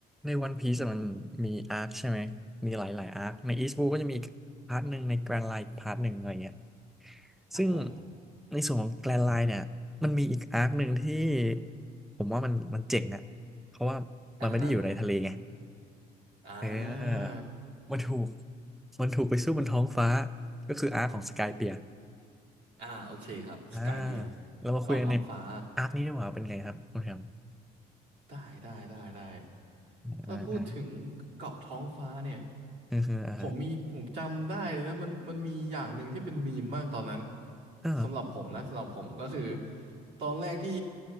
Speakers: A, in the centre; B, on the right (about 75°).
A: ในวันพีซมันมีอาร์คใช่ไหม มีหลายๆอาร์คในอีสต์บูก็จะมีอีกพาร์ทหนึ่งในแกรนไลน์พาร์ทหนึ่งอะไรเงี้ย
B: ครับผม
A: ซึ่งในส่วนของแกรนไลน์เนี่ยมันมีอีกอาร์คหนึ่งที่ผมว่ามันมันเจ๋งอะเพราะว่ามันไม่ได้อยู่ในทะเลไง
B: อ่ะฮะอ่า
A: เออ มันถูก มันถูกไปสู้บนท้องฟ้า ก็คืออาร์คของสกายเปียร์
B: อ่า โอเคครับสกายเบียร์
A: อ่า เรามาคุยกันใน
B: เกาะท้องฟ้า
A: อาร์คนี้ดีกว่าเป็นไงครับ คุณแฮม
B: ได้ได้ได้ได้ถ้าพูดถึงเกาะท้องฟ้าเนี่ย
A: อ่าอ่าเออเออ
B: ผมมีผมจำได้นะมันมันมีอย่างหนึ่งที่เป็นมีมมากตอนนั้น
A: อ่า
B: สำหรับผมนะสำหรับผมก็คือตอนแรกที่